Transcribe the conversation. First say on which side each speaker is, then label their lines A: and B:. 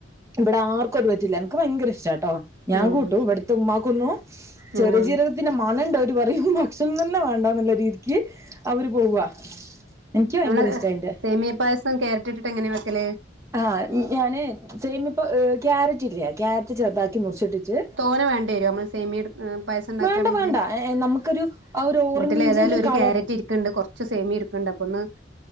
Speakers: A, on the right; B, on the right.
A: ഇബ്ടെ ആർക്കുഅത് പറ്റൂല്ല എനിക്ക് ഭയങ്കര ഇഷ്ടാട്ടോ ഞാൻ
B: ആഹ്
A: കൂട്ടും ഇവിടത്തെ ഉമ്മാക്കുന്നു ചെറിയ
B: ആഹ്
A: ജീരകത്തിന്റെ മനണ്ടോ വര് പറയും ക്ഷണം തന്നെ വേണ്ടാന്നുള്ള രീതിക്ക് അവര് പോവാ എനിക്ക് ഭയങ്കര
B: ഇങ്ങള്
A: ഇഷ്ടാ അയിന്റെ
B: സേമിയപ്പായസം ക്യാരറ്റ് ട്ടിട്ട് എങ്ങനെയാ വെക്കല്
A: ആഹ ഞാന് സെമ പ്പ ക്യാരറ്റ് ഇല്ലെ ക്യാരറ്റ് ചെറുതാക്കി മുറിച്ചിട്ടിട്ടിച്ച്
B: അ ത്ര വേണ്ട വര നമ്മ സെമിയട് മ് പായസ ഉണ്ടാക്കാണെങ്കിൽ
A: വേണ്ട വേണ്ട നമുക്കൊരു ആ ഒരു ഓറഞ്ച്
B: വീട്ടിൽ ഏതായാലും ഒരു
A: കളർ
B: ക്യാരറ്റ് ഇരിക്കണ്ട് കുറച്ച് ച്ച് സേമിയാ ഇരിപ്പണ്ട് അപ്പൊന്ന്